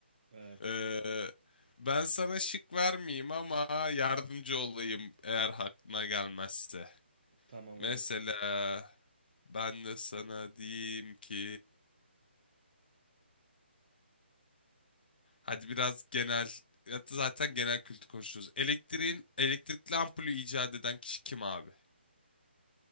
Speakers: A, on the right; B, on the left.
A: Evet.
B: Ee, ben sana şık vermeyeyim ama yardımcı olayım eğer aklına gelmezse.
A: Tamam
B: Mesela
A: olur.
B: ben de sana diyeyim ki... Hadi biraz genel... ya da Zaten genel kültür konuşuyoruz. Elektriğin, elektrikli ampulü icat eden kişi kim abi?